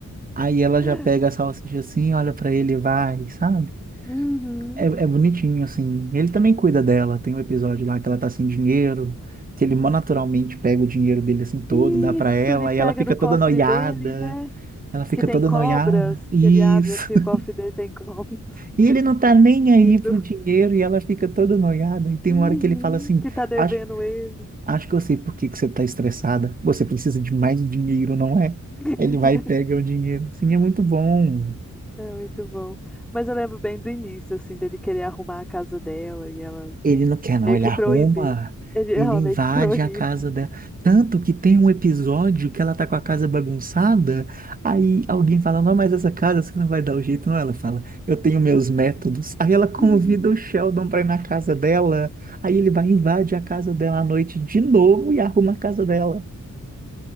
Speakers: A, on the right (about 25°); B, in the centre.
A: Aí ela
B: <laughs>
A: já pega a salsicha assim, olha pra ele, e vai, sabe?
B: Uhum.
A: É, é bonitinho, assim. Ele também cuida dela. Tem um episódio lá que ela tá sem dinheiro, que ele mó naturalmente pega o dinheiro dele assim todo,
B: Isso,
A: dá pra ela,
B: ele pega
A: e ela fica
B: do
A: toda
B: cofre
A: noiada.
B: dele, né?
A: Ela fica
B: Que tem
A: toda
B: cobras,
A: noiada. Isso.
B: que ele abre assim,
A: <laughs>
B: o cofre dele tem cobras <laughs> de
A: E ele
B: brinquedo.
A: não tá nem aí pro dinheiro e ela fica toda noiada. E tem
B: Uhum,
A: uma hora que ele fala assim:
B: que tá devendo
A: Acho,
B: ele.
A: acho que eu sei por que que você tá estressada. Você precisa de mais dinheiro, não é?
B: <laughs>
A: Ele vai e pega o dinheiro. Sim, é muito bom.
B: É muito bom. Mas eu lembro bem do início, assim, dele querer arrumar a casa dela e ela
A: Ele não quer, não.
B: meio
A: Ele
B: que
A: arruma,
B: proibir. Ele, ela
A: ele invade
B: meio que proíbe.
A: a casa dela. Tanto que tem um episódio que ela tá com a casa bagunçada. Aí alguém fala: Não, mas essa casa você não vai dar o jeito, não. Ela fala: Eu tenho meus métodos. Aí ela convida
B: <laughs>
A: o Sheldon pra ir na casa dela. Aí ele vai invade a casa dela à noite de novo e arruma a casa dela.